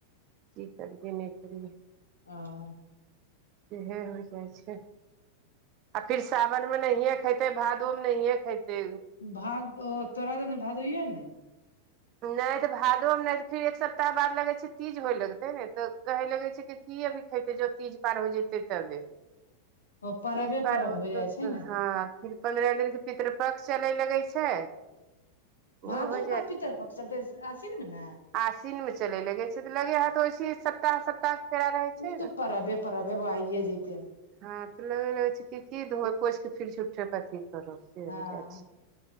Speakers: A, on the right; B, on the left.
A: कि करिये नहिसए
B: ह।
A: इहे हो जाइ छै आ फेर सावन मे नहियए खते भादो मे नहिये खेइते
B: भाद ओ तोरा तने भादोइौ न
A: नहि तऽ भादोमे नहि तऽ फिर एक सप्ताह बाद लगै छै तीज होइ लगतै ने तऽ कहै लगै छै कि अभी खेते जो तीज पार हो जतै तबे
B: ओ परबे
A: तीज पार
B: परब
A: होतै
B: हो जाइ
A: त
B: छै ने
A: हँ फिर पन्ध्रा दिन के पितृ पक्ष चले लगै छै ओ
B: भादोमे
A: हो
B: कऽ पितर पक चलतै आश्विन मे ने
A: आस्विन मे चले लगे छै तऽ लगे हा तऽ ओइस सत्ताह सत्ताह। रहै छै
B: ओ तऽ परबे परबे आइए जैते
A: हँ तऽ लगै छै कि धो पोछि के फेर झुठे अथी करब
B: हँ